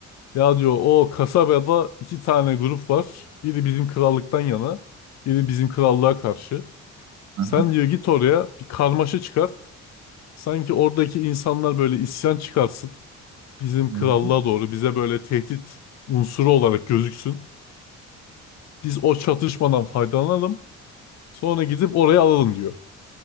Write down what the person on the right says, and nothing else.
Hı
hı.
Hı
hı.